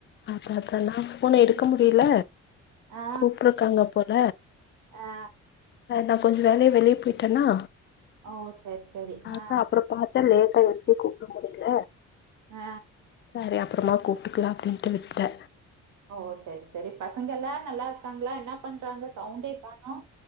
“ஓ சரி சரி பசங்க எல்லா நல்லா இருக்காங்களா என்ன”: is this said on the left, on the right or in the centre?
Right